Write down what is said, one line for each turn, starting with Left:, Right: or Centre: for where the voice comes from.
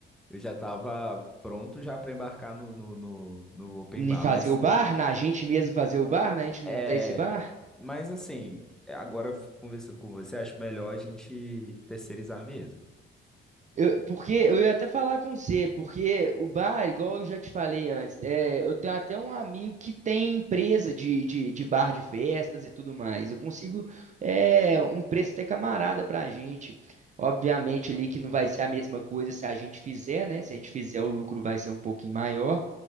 Centre: eu já estava pronto já para embarcar no, no, no, no open
Right: Em
Centre: bar,
Right: fazer
Centre: mas
Right: o bar, na gente mesmo fazer o bar, na gente montar
Centre: É,
Right: esse bar.
Centre: mas assim, é, agora f- conversando com você, acho melhor a gente terceirizar mesmo.
Right: Eu- porque eu ia até falar com você, porque o bar, igual eu já te falei antes, é, eu tenho até um amigo que tem empresa de, de, de bar de festas e tudo mais. Eu consigo é, um preço até camarada pra gente. Obviamente ali que não vai ser a mesma coisa se a gente fizer, né? Se a gente fizer, o lucro vai ser um pouquinho maior,